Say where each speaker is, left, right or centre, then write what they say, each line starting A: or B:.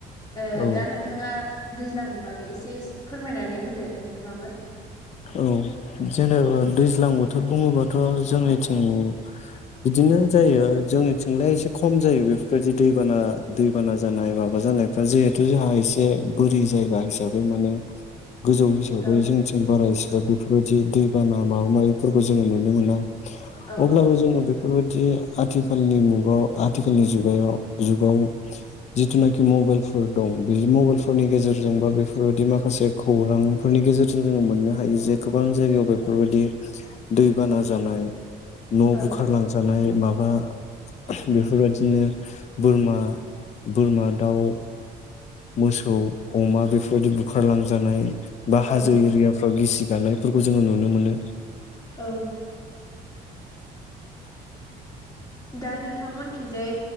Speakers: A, on the left; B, on the left.
A: ओ
B: औ
A: दा नोंथाङा दैज्लांनि बागै एसे फोरमायनानै होदो नोंथाङाबो।
B: औ जेनेबा दैज्लां बोथोर बुङोबाथ जोंनिथिं बिदिनो जायो जोंनिथिंलाय एसे खम जायो। बेफोरबायदि दैबाना दैबाना जानाय माबा जानाया। दा जिहेथु जोंहा एसे बोरि जायगा हिसाबै माने गोजौ हिसाबै
A: औ
B: जोंथिं बारा हसेबां बेफोरबायदि दैबाना माबा माबिफोरखौ जोङो नुनो मोना।
A: औ
B: अब्लाबो जोङो बे बेफोरबायदि आथिखालनि मुगाव आथिखालनि जुगायाव जुगाव जिथुनाखि मबाइलफोर दं बे मबाइलफोरनि गेजेरजों बा बेफोरबायाददि माखासे खौरांफोरनि गेजेरजों जोङो मोननो हायो। जे गोबां जायगायाव बेफोरबायदि दैबाना जानाय न'
A: औ
B: बुखारलांजानाय माबा बेफोरबायदिनो बोरमा बोरमा, दाउ मोसौ, अमा बेफोरबायदि बुखारलांजानाय बा
A: औ
B: हाजो एरिया गिसि गानायफोरखौ जोङो नुनो मोनो।
A: औ! दा नोंथांमोनखिजाय